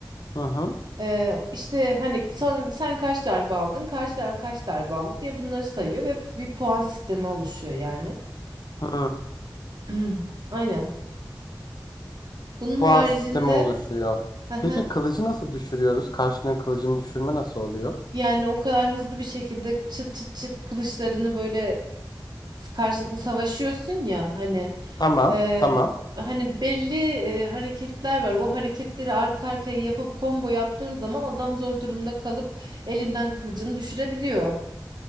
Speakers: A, on the left; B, on the right.
A: Hı hı.
B: E, işte hani sen, sen kaç darbe aldın, karşı taraf kaç darbe aldı diye bunları sayıyor ve bir puan sistemi oluşuyor yani.
A: Hı.
B: <clears throat> Aynen. Bunun
A: Puan
B: haricinde
A: sistemi oluşuyor.
B: hı hı,
A: Peki kılıcı nasıl düşürüyoruz? Karşının kılıcını düşürme nasıl oluyor?
B: yani o kadar hızlı bir şekilde çıt çıt çıt kılıçlarını böyle karşılıklı savaşıyorsun ya hani
A: Tamam.
B: e,
A: Tamam.
B: hani belli e, hareketler var. O hareketleri arka arkaya yapıp combo yaptığın zaman adam zor durumda kalıp elinden kılıcını düşürebiliyor.